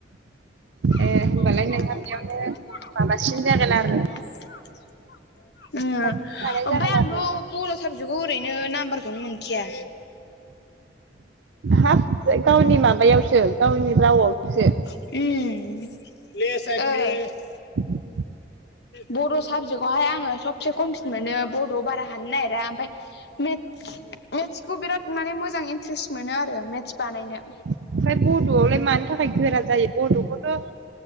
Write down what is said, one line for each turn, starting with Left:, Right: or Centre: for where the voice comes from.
Right: ए
Left: <unintelligible>
Right: होनबालाय नोंहा बेयावनो माबासिन जागोन आरो
Left: उम
Right: साबसिन हानाय
Left: ओमफ्राय
Right: जागोन
Left: आंथ'
Right: आरो
Left: बर' साबजेक्टयाव ओरैनो नाम्बारखौनो मोनखाया।
Right: हाब गावनि माबायावसो गावनि रावआवसो।
Left: उम <unintelligible>
Right: <inaudible>
Left: बर' साबजेक्टआवहाय आङो सबसे खमसिन मोनो बड'आव बारा हानो नागिरा ओमफ्राय मेथ्स मेट्सखौ बिराद माने मोजां इन्ट्रेस् मोनो आरो मेट्स बानायनो।
Right: ओमफ्राय बड'आवलाय मानि थाखाय गोरा जायो बड'खौथ'